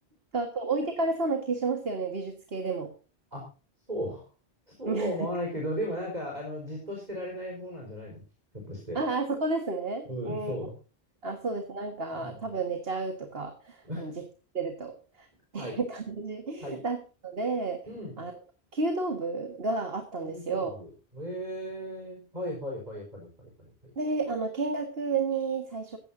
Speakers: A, on the right; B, on the right.
A: な <laughs> んかこう置いてかれそうな気しますよね、美術系でも。
B: あ、そう。そうは思わないけど、
A: <laughs> なんか、
B: でもなんか、あの、じっとしてられない方なんじゃないのひょっとして。
A: ああ、そこですね。
B: うん、
A: うん。
B: そ
A: あ、そうです。なんか、
B: う。うん
A: 多分寝ちゃうとか、
B: <laughs>
A: あの、じっとしてると、っていう感じだったので、
B: はい。はい。うん。
A: あの、弓道部があったんですよ。
B: 弓道部。ええはいはいはいはいはいはいはい。
A: で、あの、見学に最初、